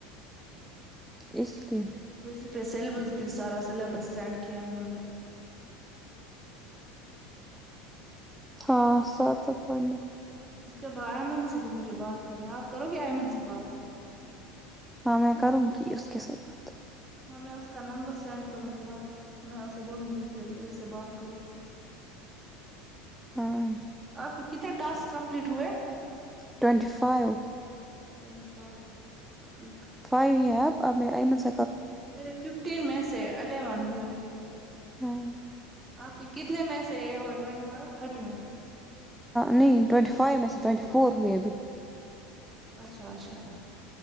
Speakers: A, in the centre; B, on the right.
A: اس لیے
B: ی پہ سیبس <unintelligible> بھی سارا سلیبس سینڈ کیا انہوں نے
A: ہاں ساتھ ساتھ پڑھنا
B: اس کے بعد ایمن سے بھی مجھے بات کرنی ہے آپ کرو گے ایئمن سے بات
A: ہاں میں کروں گی اس کے ساتھ بات
B: ہاں میں اس کا نمبر سینڈ کروں گی آپ میں اسے بولوں گی پھر اس سے بات کرو
A: ہاں
B: آپ کتنے ٹاسک کمپلیٹ ہوئے
A: ٹونینٹی فائیو
B: ٹوینٹی فائیو ٹھیک
A: فائیو ہی اب میں ایمن س
B: میرے ففٹین میں سے الیون ہوئے
A: ہاں
B: آپ کی کتنے میں سے ہوئے ٹوینٹی فائیو تھرٹی میں سے
A: نہیں ٹوئینٹی فائیو میں سے ٹوئنٹی فور ہوئی ابھی
B: اچھا اچھا